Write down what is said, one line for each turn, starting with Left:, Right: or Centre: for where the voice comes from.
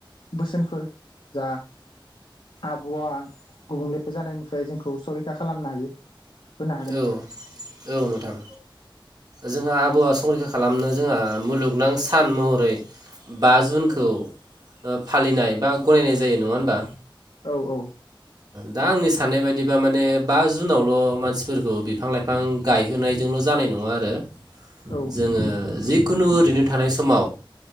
Left: बोसोनफोर जा आबहावा गुबुंले जानायनिफ्राय जोंखौ संरै रैखा खालामनो हायो। होनो हागोन
Right: औ औ नोंथां जोंहा आबहावा संरैखा खालामनो जोंहा मुलुगनां सान महरै बा जुनखौ फालिनाय बा गनायनाय जायो नंङा होमबा।
Left: औ औ
Right: दा आंनि साननाय बायदिबा माने बा जुनावल' मानसि फोरखौ बिफां लाइफां गायहोनायजोंल' जानाय नङा आरो
Left: औ
Right: जोङो। जिखुनु ओरैनो थानाय समाव